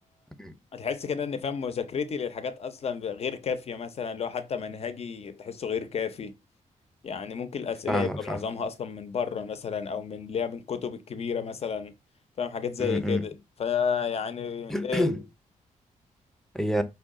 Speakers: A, in the centre; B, on the left (about 50°).
A: م.
B: تحس كده ان فاهم مذاكرتي للحاجات اصلا غير كافية مثلا لو حتى منهجي تحسه غير كافي يعني ممكن الأسئلة
A: فاهمك
B: يبقى
A: فاهم
B: معظمها أصلا من بره مثلا أو من اللي هي من الكتب الكبيرة مثلا فاهم حاجات زي
A: م-
B: كده
A: م.
B: فيعني
A: <clears throat>
B: إيه
A: هي